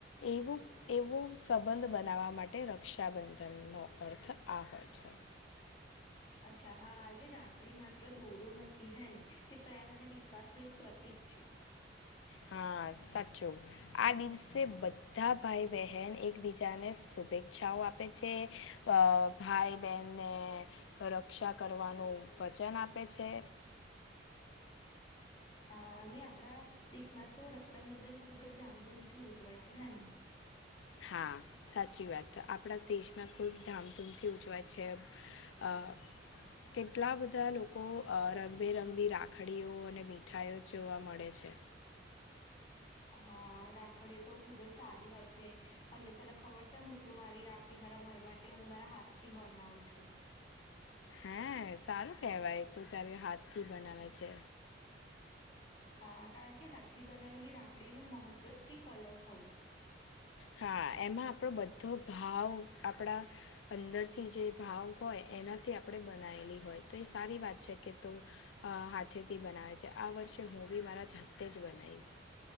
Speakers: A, on the left (about 80°); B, on the left (about 25°).
A: એવું એવું સંબંધ બનાવવા માટે રક્ષાબંધનનો અર્થ આ હોય છે
B: અચ્છા હા એટલે રાખડી માત્ર દોરો નથી હે ને તે પ્રેમ અને વિશ્વાસ નું એક પ્રતિક છે
A: હા સાચું આ દિવસે બધા ભાઈ બહેન એકબીજાને શુભેચ્છા ઈચ્છાઓ આપે છે અ ભાઈ બહેનને રક્ષા કરવાનું વચન આપે છે
B: હા અને આપણા દેશમાં તો રક્ષાબંધન ખુબ જ ધામધૂમથી ઉજવાય છે હે ને
A: હા સાચી વાત આપણા દેશમાં ખુબ ધામધૂમથી ઉજવાય છે અ કેટલા બધા લોકો રંગબેરંગી રાખડીઓ અને મીઠાઈઓ જોવા મળે છે
B: હા રાખડીઓ તો ખુબ જ સારી હોય છે અને તને ખબર છે હું તો મારી રાખડી મારા ભાઈ માટે તેમ હું મારા હાથ થી બનાવું છું
A: હે સારું કેહેવાય તું તારે હાથથી બનાવે છે
B: હા કારણ કે હાથથી બનાવેલી રાખડીનું મહત્વ જ કંઈક અલગ હોય
A: હા એમાં આપણો બધો ભાવ આપણા અંદરથી જે ભાવ હોય એનાથી આપણે બનાયેલી હોય તો એ સારી વાત છે કે તું હાથેથી બનાવે છે આ વર્ષે હું બી મારા હાથે જાતે જ બનાવીશ